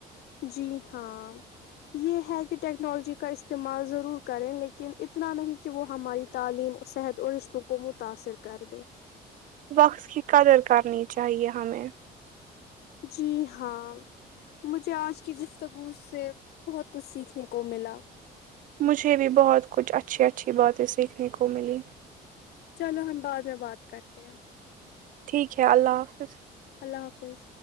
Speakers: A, on the left; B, on the right.
A: جی ہاں یہ ہے کہ ٹیکنالوجی کا استعمال ضرور کریں لیکن اتنا نہیں کہ وہ ہماری تعلیم صحت اور رشتوں کو متاثر کر دے
B: وقت کی قدر کرنی چاہیے ہمیں
A: جی ہاں مجھے آج کی گفتگو سے بہت کچھ سیکھنے کو ملا
B: مجھے بھی بہت کچھ اچھی اچھی باتیں سیکھنے کو ملییں
A: چلو ہم بعد میں بات کرتے ہیں
B: ٹھیک ہے اللہ حافظ
A: اللہ حافظ